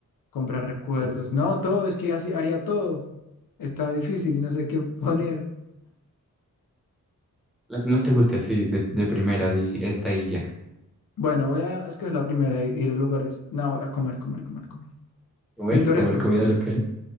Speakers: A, on the left; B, in the centre.
A: comprar recuerdos,
B: Uf.
A: no, todo, es que así haría todo. Está difícil, no sé qué <laughs> poner.
B: La que más te guste así, de, de primera, di esta y ya.
A: Bueno, voy a escoger la primera, i- ir a lugares, no, voy a comer, comer, comer, comer.
B: Comer,
A: Pintorescos.
B: comer comida local.